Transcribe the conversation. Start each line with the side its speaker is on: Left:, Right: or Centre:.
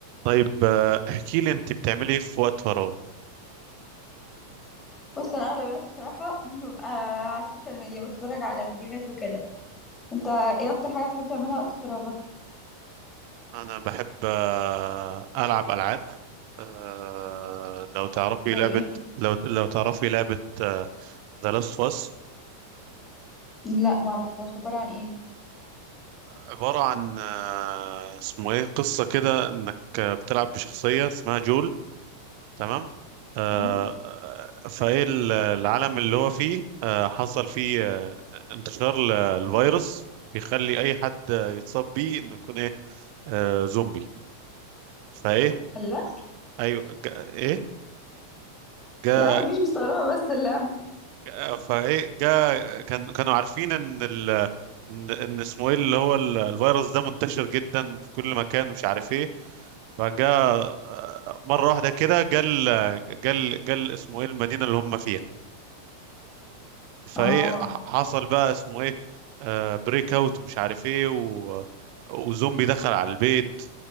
Right: طيب آه، احكي لي انت بتعملي ايه في وقت فراغ
Left: بص انا اغلب الوقت بصراحه ببقى على السوشيال ميديا بتفرج على فيديوهات وكده انت ايه اكتر حاجه بتحب تعملها وقت فراغك
Right: انا بحب آه، العب العاب آه، لو تعرفي
Left: زي
Right: لعبة
Left: ايه
Right: لو لو تعرفي لعبة ذا لاست اوف اس
Left: لا ما اعرفهاش عباره عن ايه دي
Right: عبارة عن آه، اسمه ايه قصة كده انك آه، بتلعب بشخصية اسمها جول تمام آه،
Left: امم
Right: آه، فايه ال- العالم اللي هو فيه آه، حصل فيه آه، انتشار للفيروس بيخلي اي حد آه، يتصاب بيه انه يكون ايه آه، زومبي فايه
Left: لا
Right: ايوه جا ايه جا
Left: لا مفيش مستغربه بس اللعب
Right: جا- فايه جا كان كانوا عارفين ان ال ان ان اسمه ايه اللي هو ال- الفيروس ده منتشر جدا في كل مكان مش عارف ايه فجا آه، مره واحده كده جا ال- جا ال- جا ال- اسمه ايه المدينه اللي هم فيها فايه
Left: اه
Right: ح- حصل بقى اسمه ايه بريك اوت مش عارف ايه و وزومبي دخل على البيت